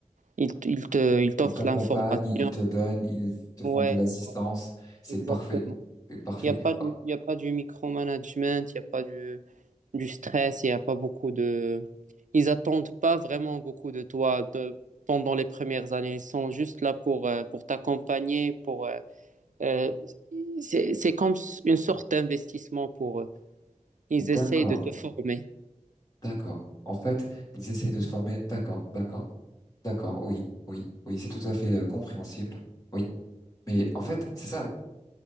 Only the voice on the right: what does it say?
ils, t- ils te, ils t'offrent
l'information.
Ouais,
ouais,
exactement.
Il n'y a pas du,
il y a pas du micromanagement, il n'y a pas du, du stress, il n'y a pas beaucoup de... Ils attendent pas vraiment beaucoup de toi de- pendant les premières années. Ils sont juste là pour, euh, pour t'accompagner, pour... euh, euh, c'est, c'est comme s- une sorte d'investissement pour eux. Ils essayent
de te former.